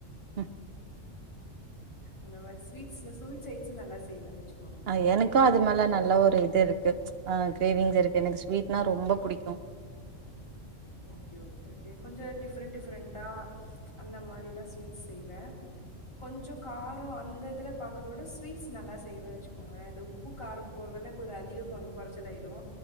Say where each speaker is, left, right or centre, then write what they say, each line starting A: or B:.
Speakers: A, on the right; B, on the left.
A: ம்
B: அந்த மாரி ஸ்வீட்ஸ் ஸ்வீட்ஸ் ஐட்டேட்ஸ் நல்லா செய்வேனு வெச்சுக்கோங்க
A: ஆ எனக்கு அது மேல நல்ல ஒரு இது இருக்கு ஆ கிரேவிங்ஸ் இருக்கு எனக்கு ஸ்வீட்னா ரொம்ப புடிக்கு
B: ஓகே ஓகே ஓகே கொஞ்ச டிஃப்ரெண்ட் டிஃப்ரெண்ட்டா அந்த மாறில்லா ஸ்வீட்ஸ் செய்வே கொஞ்சோ காரோ அந்த இதுல பாக்கதோட ஸ்வீட்ஸ் நல்லா செய்வனு வெச்சுக்கோங்களே இந்த உப் உப்பு காரம் போட்றதல கொஞ்ச அதிகோ கொஞ்ச கொறச்சலாயிடு